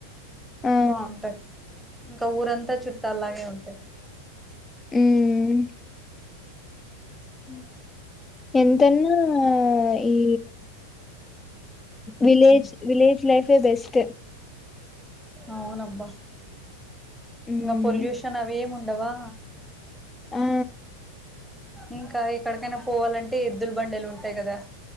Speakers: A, on the left; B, in the centre.
A: ఆ
B: బాగుంటాయ్ ఇంకా ఊరంతా చుట్టాలాగే ఉంటది అ
A: ఉమ్
B: ఉమ్
A: ఎంతన్నా ఈ విలేజ్ విలేజ్ లైఫే బెస్ట్ త్త
B: అవునబ్బా
A: మ్మ్.
B: ఇంక పొల్యూషన్ అవే ముంట అంటవా
A: ఆ
B: ఇంకా ఎక్కడికైనా పోవాలంటే ఎద్దులు బండిలు ఉంటాయి కదా